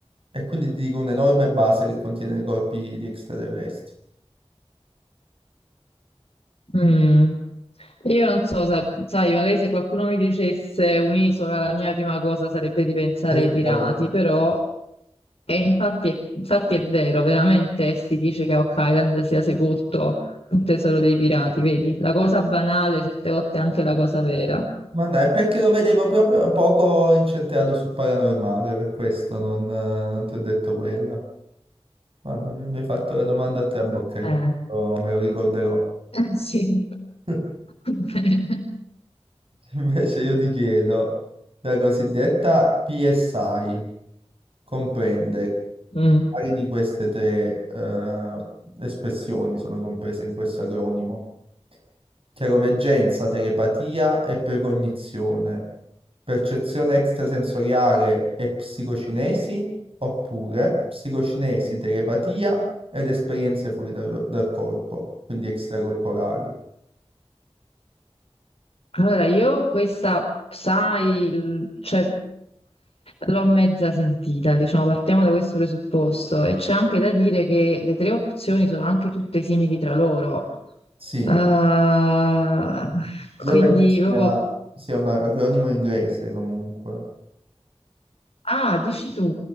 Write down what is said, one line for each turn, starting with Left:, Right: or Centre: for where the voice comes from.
Right: e quindi ti dico un'enorme base che contiene i corpi di extraterrestri.
Left: Mm, Io non so, sa- sai, magari se qualcuno mi dicesse un'isola, la mia prima cosa sarebbe di pensare
Right: Tesoro.
Left: ai pirati, però, e infatti, infatti è vero, veramente si dice che a Oak Island sia sepolto un tesoro dei pirati, vedi? La cosa banale, certe volte è anche la cosa vera.
Right: Ma no, è perché lo vedevo proprio poco incentrato sul paranormale, per questo non, eh, non ti ho detto quella. Vabbè, mi mi hai fatto la domanda a trabocchi,
Left: Eh,
Right: oh, me lo ricorderò.
Left: Eh, sì.
Right: <laughs>
Left: <laughs>
Right: Invece io ti chiedo, la cosiddetta PSI comprende
Left: Mm.
Right: paio di queste tre eh, espressioni sono comprese in questo acronimo. Chiaroveggenza, telepatia e precognizione. Percezione extrasensoriale e psicocinesi, oppure psicocinesi, telepatia ed esperienze fuori dal, dal corpo, quindi extracorporali.
Left: Allora, io questa, sai, il- cioè, l'ho mezza sentita, diciamo, partiamo da questo presupposto e c'è anche da dire che le tre opzioni sono anche tutte simili tra loro.
Right: Sì,
Left: Ah,
Right: io
Left: quindi
Right: penso sia,
Left: proprio...
Right: sia un acronimo inglese comunque.
Left: Ah, dici tu.